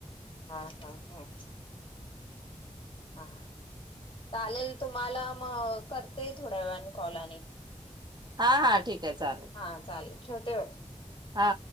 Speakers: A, on the left (about 50°); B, on the right (about 35°).
A: हा हा हा ह चालेल तुम्हाला मग करते थोड्या वेळने कॉल आणि
B: हा हा ठीक आहे चालेल
A: हा चालेल ठेवतेय बघ
B: हा.